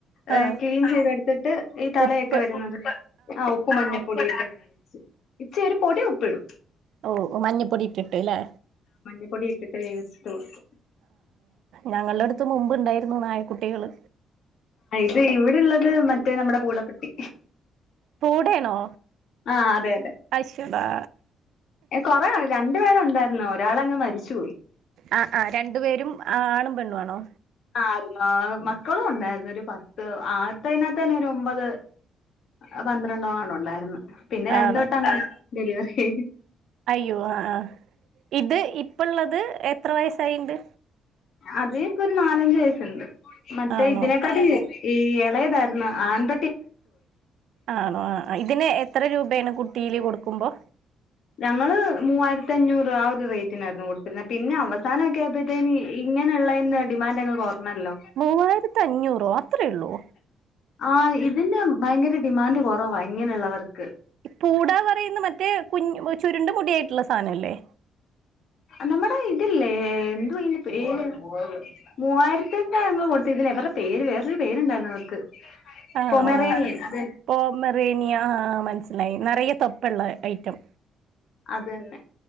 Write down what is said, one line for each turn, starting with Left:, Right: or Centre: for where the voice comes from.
Left: ഏഹ്,
Right: ആഹ്
Left: ക്ലീൻ ചെയ്തെടുത്തിട്ട് ഈ തലയൊക്കെ
Right: ഉപ്പ്
Left: വരുന്നത് ആഹ് ഉപ്പും മഞ്ഞപ്പൊടി ഇട്ട് അരച്ച് ഇച്ചി ഒരു പൊടി ഉപ്പിടും
Right: ഓ! മഞ്ഞപൊടി ഇട്ടിട്ട് ല്ലേ
Left: മഞ്ഞപ്പൊടി ഇട്ടിട്ട് വേവിച്ചിട്ടു കൊടുക്കും
Right: ഞങ്ങളടുത്ത് മുമ്പ് ഇണ്ടായിരുന്നു നായക്കുട്ടികള്.
Left: ആ, ഇത് ഇവിട്ള്ളത് മറ്റേ നമ്മടെ പൂടപ്പട്ടി
Right: പൂടേണോ?
Left: ആ അതെ
Right: അശ്ശോടാ.
Left: എ കൊറേ ഒ രണ്ടു പേരൊണ്ടായിരുന്നു. ഒരാളങ്ങ് മരിച്ചുപോയി
Right: ആ ആ രണ്ടു പേരും ആണും പെണ്ണു ആണോ
Left: ആരുന്നോ, മക്കളും ഒണ്ടാരുന്നു. ഒരു പത്ത് ആത്തേയ്നാത്ത് തന്നെ ഒരു ഒമ്പത്. അ പന്ത്രണ്ടോങ്ങാണ്ട് ഒണ്ടാര്ന്ന്. പിന്നെ രണ്ട്
Right: ആണ്
Left: വട്ടം <unintelligible> ഡെലിവറി
Right: അയ്യോ! ആ ആ. ഇത് ഇപ്പള്ളത് എത്ര വയസ്സായിണ്ട്?
Left: അത് ഇപ്പൊ ഒരു നാലഞ്ച് വയസ്സുണ്ട്. മറ്റേ
Right: ആണോ
Left: ഇതിനെക്കാട്ടീ ഈ എളേതാര്ന്ന ആൺപ
Right: ആ ആണോ ആ ആ. ഇതിന് എത്ര രൂപേണ് കുട്ടീല് കൊടുക്കുമ്പോ?
Left: ഞങ്ങള് മൂവായിരത്തി അഞ്ഞൂറ് ആ ഒരു റേറ്റിനാരുന്നു കൊടുത്തിരുന്നത്. പിന്നെ അവസാനം എക്കെ ആയപ്പയ് ത്തേന് ഇങ്ങനെ ഒള്ളയ്ന്റെ ഡിമാൻഡ് അങ്ങ് കൊറഞ്ഞല്ലോ
Right: മൂവായ്രത്തി അഞ്ഞൂറോ, അത്രേ ഒള്ളോ?
Left: ആ ഇതിന് ഭയങ്കര ഡിമാൻഡ് കൊറവാ ഇങ്ങനെ ഒള്ളവർക്ക്.
Right: പൂടാ ന്ന് പറയുന്ന മറ്റേ കുഞ്ഞ് ചുരുണ്ട മുടിയായിറ്റുള്ള സാനം അല്ലേ
Left: നമ്മടെ ഇത്‌ല്ലേ. എന്തുവാ ഇതിന് പേര്? മൂവായിരത്തി ഇട്ടാ ഞങ്ങള് കൊടുത്തിക്ക്ന്നേ ഇവരുടെ പേര് വേറൊരു പേരുണ്ടാരുന്നു അവർക്ക്
Right: ആണോ
Left: പൊമറേനിയൻ
Right: ആഹ്,
Left: അത് തന്നെ
Right: പോമെറേനിയ ആഹ് മനസ്സിലായി നെറയെ തൊപ്പൊള്ള ഐറ്റം
Left: അതന്നെ